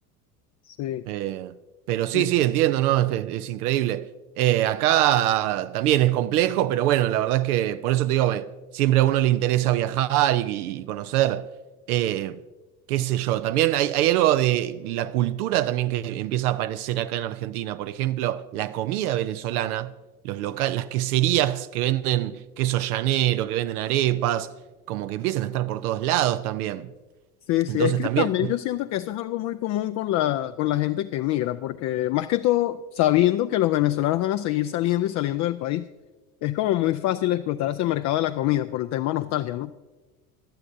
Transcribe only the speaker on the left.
Sí,
Eh,
Sí, sí,
es que
también yo siento que eso es algo muy común con la, con la gente que emigra, porque más que todo, sabiendo que los venezolanos van a seguir saliendo y saliendo del país, es como muy fácil explotar ese mercado de la comida por el tema nostalgia, ¿no?